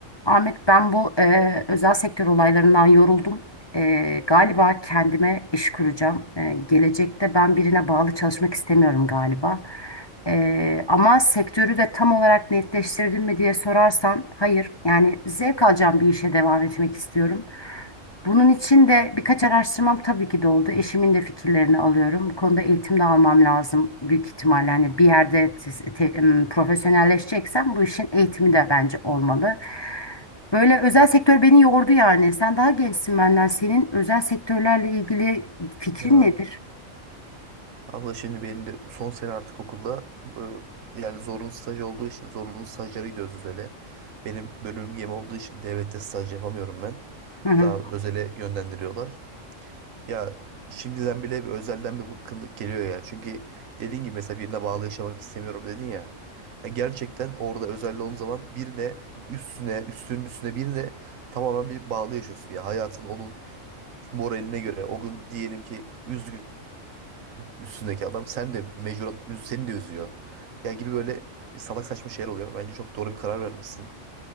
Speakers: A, on the left; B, on the right.
A: Ahmet ben bu e, özel sektör olaylarından yoruldum. E, galiba kendime iş kuracağım. E, gelecekte ben birine bağlı çalışmak istemiyorum galiba. E, ama sektörü de tam olarak netleştirdim mi diye sorarsan hayır. Yani zevk alacağım bir işe devam etmek istiyorum. Bunun için de birkaç araştırmam tabii ki de oldu. Eşimin de fikirlerini alıyorum. Bu konuda eğitim de almam lazım büyük ihtimalle. Hani bir yerde siz- te- em, profesyonelleşeceksem bu işin eğitimi de bence olmalı. Böyle özel sektör beni yordu yani. Sen daha gençsin benden. Senin özel sektörlerle ilgili fikrin
B: Ya
A: nedir?
B: abla şimdi benim de son sene artık okulda böyle, yani zorunlu staj olduğu için zorunlu stajlara gidiyoruz özele. Benim bölümüm gemi olduğu için devlette staj yapamıyorum ben.
A: Hı hı.
B: Daha özele yönlendiriyorlar. Ya şimdiden bile bir özelden bir bıkkınlık geliyor ya. Çünkü dediğin gibi mesela birine bağlı yaşamak istemiyorum dedin ya. Ya gerçekten orada özelde olduğun zaman birine üstüne üstünün üstüne birine tamamen bir bağlı yaşıyorsun ya. Hayatın onun moraline göre o gün diyelim ki üzgün üstündeki adam sen de mecburen üz, seni de üzüyor. Ya gibi böyle bir salak saçma şeyler oluyor. Bence çok doğru bir karar vermişsin.